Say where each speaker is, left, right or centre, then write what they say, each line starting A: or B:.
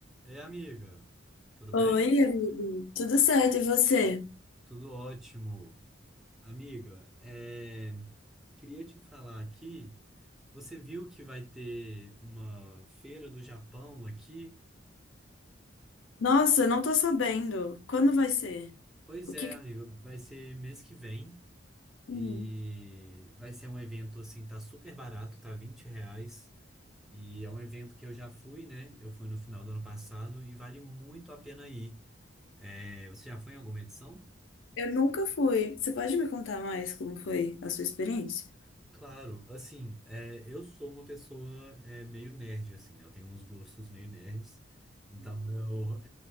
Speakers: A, in the centre; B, on the left.
A: Ei, amiga, tudo
B: Oi,
A: bem?
B: amigo. Tudo certo, e você?
A: Tudo ótimo. Amiga, é, eu queria te falar aqui. Você viu que vai ter uma feira do Japão aqui?
B: Nossa, não tô sabendo. Quando vai ser?
A: Pois
B: O que...
A: é,
B: que-
A: amiga, vai ser mês que vem
B: Hum,
A: e vai ser um evento assim, tá super barato, tá 20 reais. E é um evento que eu já fui, né? Eu fui no final do ano passado e vale muito a pena ir. É, você já foi em alguma edição?
B: Eu nunca fui. Você pode me contar mais como foi a sua experiência?
A: Claro, assim, é, eu sou uma pessoa é, meio nerd, assim, né? Eu tenho uns gostos meio nerds. Então eu,